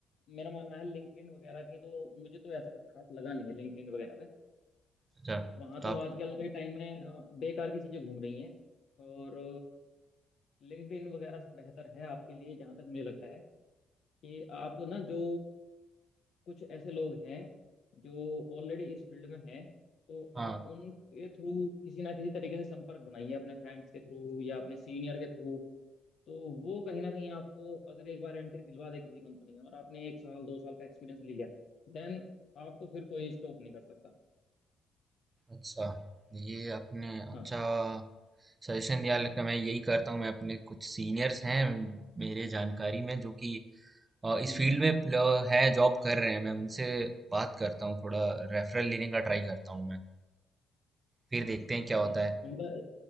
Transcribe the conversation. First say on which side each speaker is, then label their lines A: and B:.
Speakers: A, on the left (about 65°); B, on the right (about 30°).
A: मेरा मानना है लिंक्डइन वगैरह के तो मुझे तो ऐसा कुछ खास लगा नहीं है लिंक्डइन वगैरह पे
B: अच्छा
A: वहाँ
B: तो
A: तो
B: आप
A: आजकल के टाइम में अ, बेकार की चीजें घूम रही हैं और लिंक्डइन वगैरह से बेहतर है आपके लिए जहाँ तक मुझे लगता है कि आप ना जो कुछ ऐसे लोग हैं जो ऑलरेडी इस फील्ड में हैं तो
B: हाँ
A: आप उनके थ्रू किसी ना किसी तरीके से संपर्क बनाइए अपने फ्रेंड्स के थ्रू या अपने सीनियर के थ्रू तो वो कहीं ना कहीं आपको अगर एक बार एंट्री दिलवा दे किसी कंपनी में और आपने एक साल दो साल का एक्सपीरियंस ले लिया देन आपको फिर कोई स्टॉप नहीं कर सकता
B: अच्छा ये आपने अच्छा
A: हाँ
B: सजेशन दिया लगता मैं यही करता हूँ मैं अपने कुछ सीनियर्स हैं मेरे जानकारी में जो कि अ, इस
A: हम्म
B: फील्ड
A: हम्म,
B: में प्ल- है जॉब कर रहे हैं मैं उनसे बात करता हूँ थोड़ा रेफरल लेने का ट्राई करता हूँ मैं फिर देखते हैं क्या होता
A: हाँ उनका
B: है